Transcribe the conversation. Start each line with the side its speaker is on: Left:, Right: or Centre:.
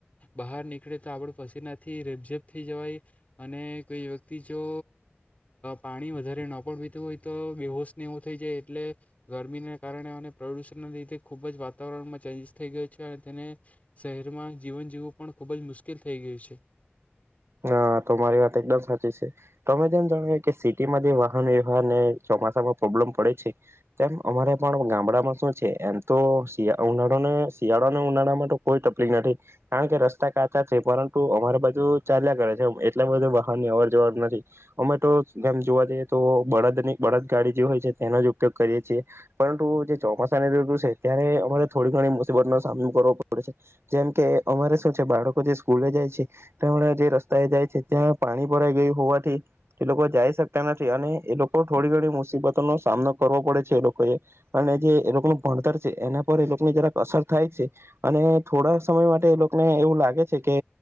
Left: બહાર નીકળે તો આપડ પસીનાથી રેપઝેપ થઈ જવાય અને કોઈ વ્યક્તિ જો પાણી વધારે ન પણ પીતું હોય તો બેહોશને એવો થઈ જાય એટલે ગરમીના કારણે અને પ્રદુષણના લીધે ખૂબ જ વાતાવરણમાં ચેન્જીસ થઈ ગયો છે અને તેને શહેર માં જીવન જીવવું પણ ખુબ જ મુશ્કેલ થઈ ગયું છે.
Right: હ તો મારી વાત એકદમ સાચી છે તમે જેમ જાણાવ કે સિટીમાં જે વાહન વ્યવહારને ચોમાસામાં પ્રોબ્લેમ પડે છે તેમ અમારે પણ ગામડામાં શું છે એમ તો ઉનાળાને શિયાળોને ઉનાળામાં તો કોઈ તપલીક નથી કારણ કે રસ્તા કાચા છે પરંતુ અમારે બાજુ ચાલ્યા કરે છે એટલા બધું વાહનની અવર જવર નથી અમે તો એમ જોવા જઈએ તો બળદની બળદ ગાડી જે હોય છે તેનો જ ઉપયોગ કરીએ છીએ પરંતુ જે ચોમાસાની ત્રતુ છે ત્યારે અમારે થોડી ઘણી મુસીબતનો સામનો કરવો પડે છે જેમ કે અમારે શું છે બાળકો જે સ્કૂલે જાય છે તેમણે જે રસ્તા એ જાય છે ત્યાં પાણી ભરાઈ ગયું હોવાથી તે લોકો જાઈ શકતા નથી અને એ લોકો થોડી ઘણી મુસીબતોનો સામનો કરવો પડે છે એ લોકોએ અને જે એ લોકોનું ભણતર છે એના પર એ લોકની જરાક અસર થાય છે અને થોડા સમય માટે એ લોકને એવું લાગે છે કે